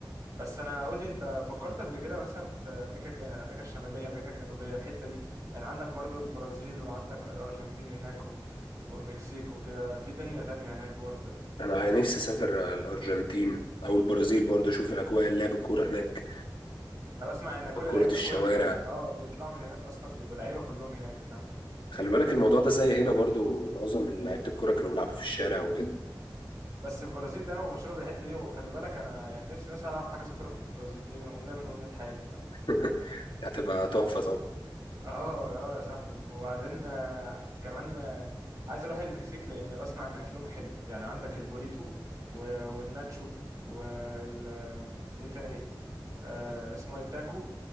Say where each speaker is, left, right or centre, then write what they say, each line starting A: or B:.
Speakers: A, on the right; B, on the left.
A: بس انا قول لي انت فكرت قبل كده مثلا في امريكا الج... امريكا الشماليه امريكا الجنوبيه الحته دي يعني عندك برضو البرازيل وعندك الارجنتين هناك و... والمكسيك وكده في دنيا تانية هناك برضو
B: انا نفسي اسافر آه، الارجنتين او البرازيل برضو اشوف الاجواء اللعب الكوره هناك
A: انا بسمع ان كل
B: وكره
A: لعيبه
B: الشوارع
A: الكره اللي اه بيطلعوا من هناك اصلا بيبقوا لعيبه كلهم هناك فاهم
B: خلي بالك الموضوع ده زي هنا برضو معظم لعيبه الكوره كانوا بيلعبوا في الشارع وكده
A: بس البرازيل دايما مشهوره بالحته دي وخلي بالك انا يعني نفسي مثلا العب حجز كوره في البرازيل دي امنيه من امنيات حياتي فاهم
B: <laughs> هتبقى تحفه طبعا
A: اه اه يا صاحبي وبعدين آه، كمان آه، عايز اروح المكسيك لان بسمع ان اكلهم حلو يعني عندك البوريتو و- والناتشو وال ايه تاني آه اسمه إيه؟ التاكو